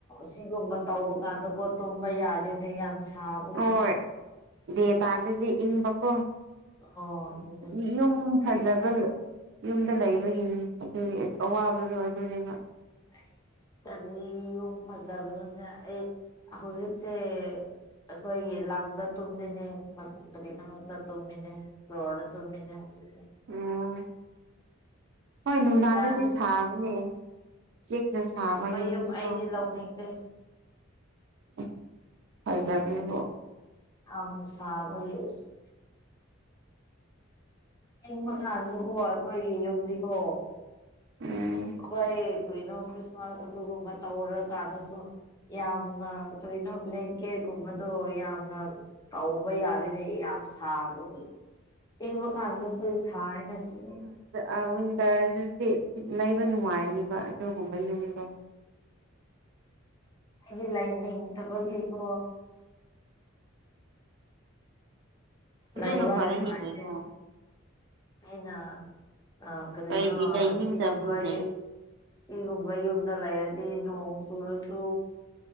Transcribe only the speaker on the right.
ꯍꯣꯏ ꯗꯦ ꯇꯥꯏꯝꯗꯗꯤ ꯏꯪꯕꯀꯣ <unintelligible>
ꯌꯨꯝ ꯐꯖꯕ
ꯌꯨꯝꯗ ꯂꯩꯕꯒꯤꯅꯤ ꯑꯗꯨꯒꯤ ꯑꯋꯥꯕꯗꯣ ꯑꯗꯨꯅꯦꯕ
ꯑꯥ ꯍꯣꯏ ꯅꯨꯡꯗꯥꯡꯗꯗꯤ
ꯁꯥꯕꯅꯦ ꯆꯦꯛꯅ
ꯁꯥꯕ ꯌꯨꯝꯒꯤꯀꯣ
ꯎꯝ ꯑꯁ ꯐꯖ <unintelligible>
ꯎꯝ
ꯑꯥ ꯋꯤꯟꯇꯔꯗꯗꯤ ꯂꯩꯕ ꯅꯨꯡꯉꯥꯏꯅꯦꯕ ꯑꯗꯨꯒꯨꯝꯕ ꯌꯨꯝꯗꯣ
ꯑꯗꯨꯅ
ꯐꯔꯦꯅꯦ
ꯀꯩꯅꯣ
ꯀꯩꯒꯤ ꯂꯩꯅꯤꯡꯗꯕ꯭ꯔꯣꯅꯦ